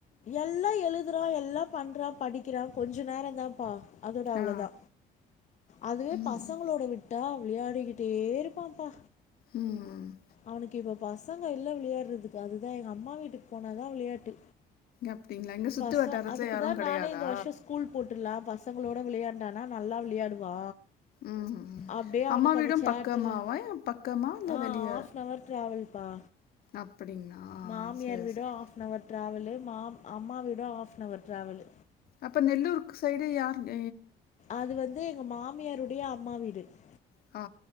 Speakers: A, on the left; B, on the left.
A: எல்லா எழுதுறா எல்லா பண்றா படிக்கிறா கொஞ்ஜ நேரதாப்பா அதோட அவ்ளோதா
B: ஆ.
A: அதுவே
B: ம்.
A: பசங்களோட விட்டா விளையாடிகிட்டே இருப்பாப்பா
B: ம்.
A: அவுனுக் இப்போப் பசங்க இல்ல விளையாட்றதுக்கு அதுதா எங்க அம்மா வீட்டுக்கு போனாதா விளையாட்டு
B: அப்டிங்களா? எங்க சுத்து
A: பசோ
B: வட்டாரத்துல
A: அதுக்குதா
B: யாரும் கெடையாதா?
A: நானே இந்த வருஷோ ஸ்கூல் போட்டுர்லா பஷ் பசங்களோட விளையாண்டானா நல்லா விளையாடுவா
B: ம். ம்.
A: அப்டியே அவனுக்கு
B: அம்மா வீடும்
A: அந்த சேட்டுல
B: பக்கமாவா? பக்கமா இல்ல
A: ஆஹ்
B: வெளிய?
A: ஆஃப் நவர் ட்ராவெல்பா
B: அப்டிங்களா?
A: மாமியார்
B: சரி,
A: வீடு
B: சரி.
A: ஆஃப் நவர் ட்ராவெலு மா அம்மா வீடு ஹாஃப் நவர் ட்ராவெலு
B: அப்ப நெல்லூருக்கு சைடு யாருங்க
A: அது வந்து எங்க மாமியாருடைய அம்மா வீட் டு
B: ஆ